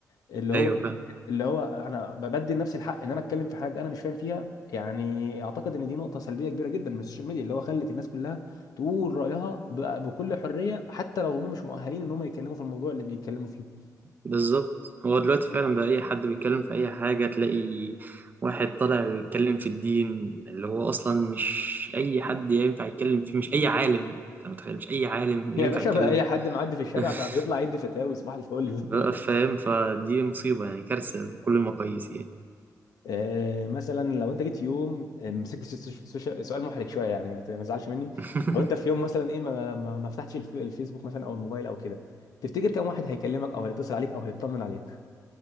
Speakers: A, on the left (about 70°); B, on the right (about 30°).
A: اللي هو
B: ايوه
A: إيه؟
B: فاهم
A: اللي هو انا بدي لنفسي الحق ان انا اتكلم في حاجه انا مش فاهم فيها يعني اعتقد ان دي نقطه سلبيه كبيره جدا من السوشيال ميديا اللي هو خلت الناس كلها تقول رايها ب- بكل حريه حتى لو هم مش مؤهلين ان هم يتكلموا في الموضوع اللي بيتكلموا فيه
B: بالظبط هو دلوقتي فعلا بقى اي حد بيتكلم في اي حاجه تلاقي واحد طالع بيتكلم في الدين اللي هو اصلا مش اي حد ينفع يتكلم فيه مش اي عالم انت متخيل مش اي عالم
A: <laughs> يا
B: ينفع
A: باشا
B: يتكلم
A: بقى اي حد
B: <laughs>
A: معدي في الشارع بقى بيطلع يدي فتاوي صباح الفل
B: بقى
A: <laughs>
B: فاهم فدي مصيبه يعني كارثه بكل المقاييس يعني
A: آه، مثلا لو انت جيت في يوم آه، مسكت السوش- السوش- سؤال محرج شويه يعني ما ت- ما تزعلش مني
B: <laughs>
A: لو انت في يوم مثلا ايه ما ما ما فتحتش الف- الفيسبوك مثلا او الموبايل او كده تفتكر كم واحد هيكلمك او هيتصل عليك او هيطمن عليك